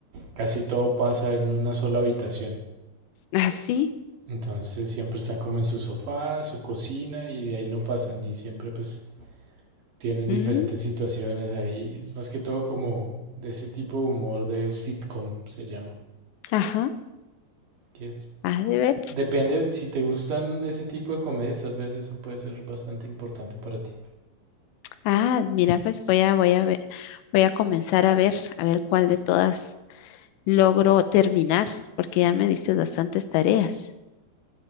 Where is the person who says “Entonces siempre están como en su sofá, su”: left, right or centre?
Right